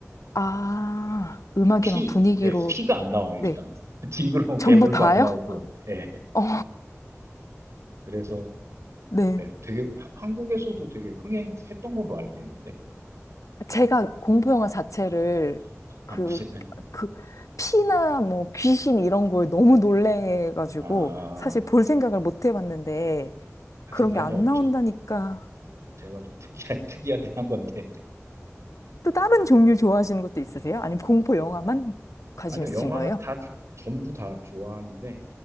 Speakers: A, on the left; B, on the right.
A: 아, 음악이랑
B: 피,
A: 분위기로,
B: 예, 피가 안 나와요, 일단.
A: 네.
B: <laughs> 징그러운
A: 전부
B: 괴물도
A: 다요?
B: 안 나오고, 예,
A: <laughs> 어,
B: 그래서,
A: 네.
B: 예, 되게, 하- 한국에서도 되게 흥행했던 걸로 알고 있는데,
A: 제가 공포 영화 자체를 그,
B: 안 보시네
A: 그, 피나 뭐 귀신 이런 걸 너무 놀래가지고
B: 아,
A: 사실 볼 생각을 못 해봤는데
B: 사실
A: 그런
B: 많이
A: 게 안
B: 없죠.
A: 나온다니까.
B: 제가 좀 특이하, <laughs> 특이하긴 한 건데.
A: 또 다른 종류 좋아하시는 것도 있으세요? 아니면 공포 영화만 관심
B: 아니요,
A: 있으신
B: 영화는
A: 거예요?
B: 다, 조- 전부 다 좋아하는데,